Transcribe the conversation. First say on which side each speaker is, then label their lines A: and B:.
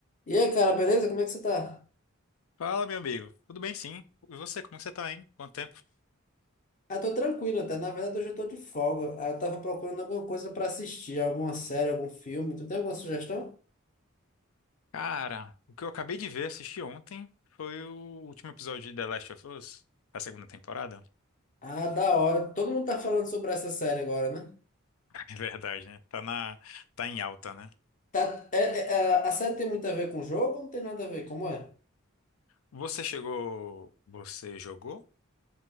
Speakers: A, on the left; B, on the left.
A: E aí, cara, beleza? Como é que você tá?
B: Fala, meu amigo. Tudo bem, sim. E você, como que você tá, hein? Quanto tempo?
A: Ah, tô tranquilo até. Na verdade, hoje eu tô de folga. Ah, eu tava procurando alguma coisa pra assistir, alguma série, algum filme. Tu tem alguma sugestão?
B: Cara, o que eu acabei de ver, assisti ontem, foi o último episódio de The Last of Us, a segunda temporada.
A: Ah, da hora. Todo mundo tá falando sobre essa série agora, né?
B: <laughs> É verdade, né? Tá na, tá em alta, né?
A: Tá, é, é, a a série tem muito a ver com o jogo ou não tem nada a ver? Como é?
B: Você chegou, você jogou?